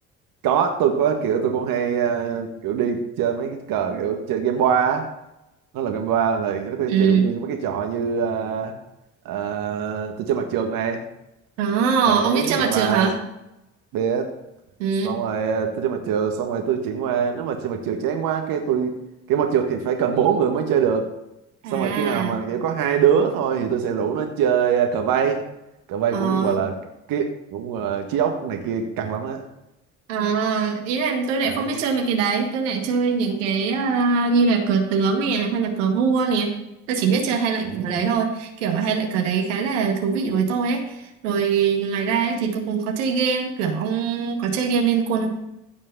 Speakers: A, on the right; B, on the right.
A: có tôi có kiểu tôi cũng hay ờ, kiểu đi chơi mấy cái cờ kiểu chơi game boa á. nó là game boa là nó có
B: ừ
A: chịu như mấy cái trò như ờ, ờ, tôi chơi mặt trượt này
B: Ồ,
A: đấy
B: ông biết chơi
A: hoặc
B: mặt
A: là
B: trượt hả?
A: bè
B: Ừ.
A: xong rồi ờ, tôi chơi mặt trượt xong rồi tôi chuyển qua nếu mà chơi mặt trượt chán quá cái tôi cái mặt trượt thì phải cần bốn người mới chơi được
B: À,
A: xong rồi khi nào mà chỉ có hai đứa thôi thì tôi sẽ rủ nó chơi ờ, cờ vây cờ vây
B: ờ.
A: cũng gọi là cái cũng uh, trí óc này kia căng lắm á
B: À, ý là tôi
A: Đấy.
B: lại không biết chơi mấy cái đấy tôi lại chơi những cái à, như là cờ tướng nè hay là cờ vua nè tôi chỉ biết chơi hai loại
A: Ừ.
B: cờ đấy thôi kiểu hai loại cờ đấy khá là thú vị với tôi ấy rồi ngoài ra ấy, thì tôi cũng có chơi game kiểu ông có chơi game Liên Quân không